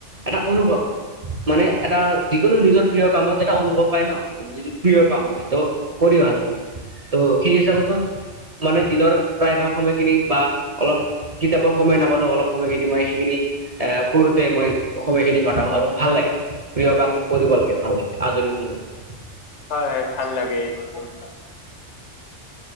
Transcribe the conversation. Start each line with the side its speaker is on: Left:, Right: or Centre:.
Right: এটা অনুভৱ মানে এটা যিকোনো নিজৰ প্ৰিয় কামত এটা অনুভৱ পাই ন যিটো প্ৰিয় কাম হয় ত' কৰি ভাল লাগে ত' সেই হিচাপত মই মানে দিনৰ প্ৰায়ভাগ সময়খিনি বা অলপ কেতিয়াবা সময় নাপালেও অলপ সময়খিনি মই সেইখিনি এ - কৰোতে মই সময়খিনি কটাও আৰু ভাল লাগে প্ৰিয় কাম বোৰ কৰিব লাগে ভাল লাগে। আজৰি সময়ত।
Left: হয় হয়, ভাল লাগে এইবোৰ কৰি।